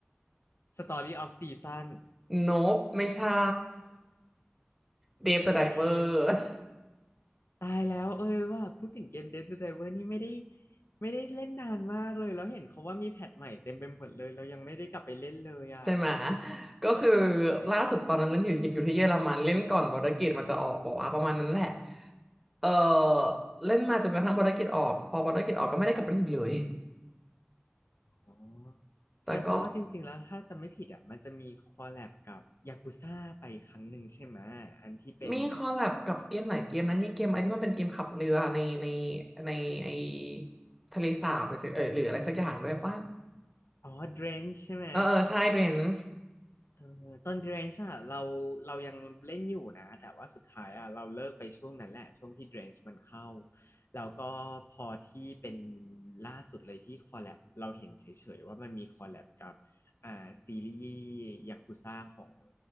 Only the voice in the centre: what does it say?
โนบไม่ใช่เดฟเดอะไดเวอร์
<laughs>
ใช่ไหมก็คือล่าสุดตอนนั้นเล่นอยู่อยู่ที่เยอรมันเล่นก่อนบอร์ดเกตมันจะออกบอกว่าประมาณนั้นแหละเออเล่นมาจนกระทั่งบอร์ดเกตออกพอบอร์ดเกตออกก็ไม่ได้กลับไปเล่นอีกเลย
แต่ก็
มีคอลแลบกับเกมหลายเกมนะมีเกมอะไรที่มันเป็นเกมขับเรือในในในไอทะเลสาบหรือสิเออหรืออะไรสักอย่างด้วยป่ะ
เออเออใช่เรนจ์